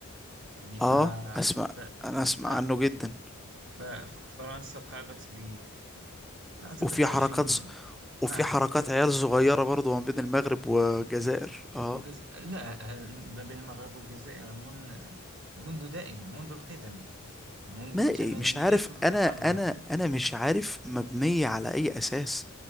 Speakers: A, on the right; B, in the centre.
A: يعني ف...
B: اه اسمع
A: ف...
B: انا اسمع
A: ف...
B: عنه جدا
A: ف... ف- فرنسا قامت ب لا أتذكر
B: وفي حركات
A: جيدا
B: ز... وفي
A: آه
B: حركات عيال صغيرة برضو ما بين المغرب والجزائر اه
A: وجز... لا آه، ما بين المغرب والجزائر من... منذ دائما منذ القدم يعني منذ
B: ما إيه،
A: ثمانينيات
B: مش عارف
A: القرن
B: انا انا
A: الماضي
B: انا مش عارف مبنية على اي اساس